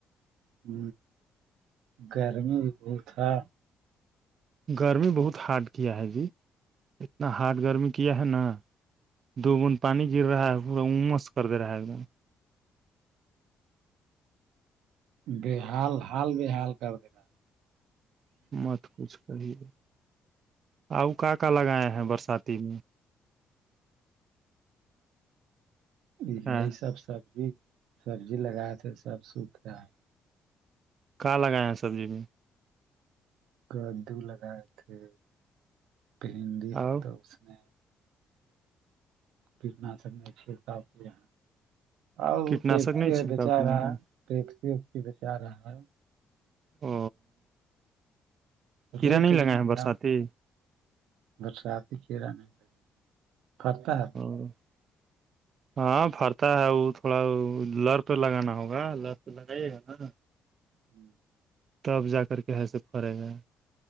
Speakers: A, on the right; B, on the right.
A: ہ گرمی بھی بہت تھا
B: گرمی بہت ہارڈ کیا ہے جی اتنا ہارڈ گرمی کیا ہے نا دو گند پانی گر رہا ہے پورا امس کر د رہا ہے ایک دم
A: بے حال حال بے حال کر دینا
B: مت کچھ کہیے آ کا کا لگائے ہیں برساتی میں
A: یہ
B: ہ
A: سب سبزی سبزی لگات کے سب سوکھ رہ
B: کہاں لگائے ہیں سبزی میں
A: کدو لگائے تھے پہندی ہے
B: آؤ
A: تو اس نے کیٹناشک نہیں چھیڑتا یہ آ وہ
B: کیٹناشک
A: ٹیکسی
B: نہیں
A: ہے
B: چھڑکاؤ
A: بیچا
B: کیے
A: رہا
B: ہیں
A: ہے ٹیکسی وکسی بچا رہا ہے
B: او کیڑا
A: ریٹ
B: نہیں لگا
A: لیکن
B: ہے برساتی
A: کم برساتی کیڑا نہیں لا پرتا ہے
B: <unintelligible> ہاں پھرتا ہے وہ تھوڑا لر پہ لگانا ہوگا لر پہ لگائیے گا ناا
A: <unintelligible>
B: تب جا کر کے ہے سے پڑے گ